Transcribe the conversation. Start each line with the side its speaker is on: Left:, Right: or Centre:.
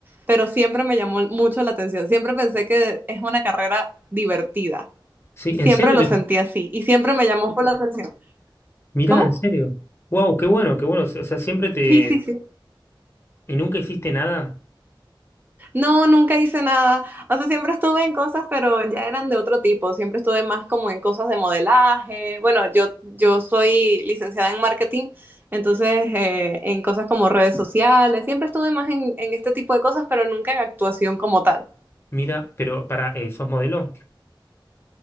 Right: pero siempre me llamó mucho la atención. Siempre pensé que es una carrera divertida.
Left: Sí,
Right: Siempre
Left: en serio,
Right: lo sentí así y siempre me llamó por la atención.
Left: Mirá,
Right: ¿Cómo?
Left: en serio. Wow, qué bueno, qué bueno. O sea, siempre te...
Right: Sí, sí, sí.
Left: ¿Y nunca hiciste nada?
Right: No, nunca hice nada. O sea, siempre estuve en cosas, pero ya eran de otro tipo. Siempre estuve más como en cosas de modelaje. Bueno, yo, yo soy licenciada en marketing, entonces eh, en cosas como redes sociales. Siempre estuve más en, en este tipo de cosas, pero nunca en actuación como tal.
Left: Mira, pero para, eh, ¿sos modelo?